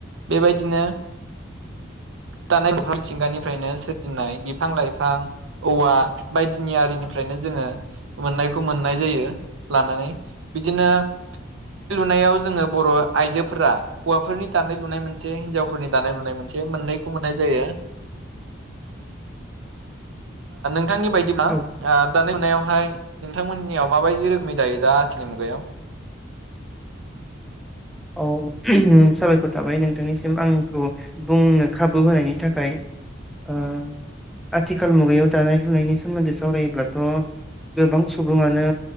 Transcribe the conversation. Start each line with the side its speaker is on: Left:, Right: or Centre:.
Right: बेबायदि बिदिनो दानाय लुनाय मिथिंगानिफ्रायनो सोरजिनाय बिफां लाइफां औवा बायदिनि आरिनिफ्रायनो जोङो मोननायखौ मोननाय जायो लानानै बिदिनो दानाय लुनायाव जोङो बर' आइजोफोरा हौवाफोरनि दानाय लुनाय मोनसे हिनजावफोरनि दानाय लुनाय मोनसे मोननैखौ मोननाय जायो ननि बायदिब्ला
Centre: औ
Right: मा दा बेवहाय नोंथांमोननियाव माबायदि रोखोमै दायो दा आथिनि मुगायाव
Centre: औ साबायखर थाबाय नों ननिसिम आंखौ बुंनो खाबु होनायनि थाखाय ओ आथिखाल मुगायाव दानाय लुनायनि सोमोन्दै सावरायोब्लाथ' गोबां सुबुङानो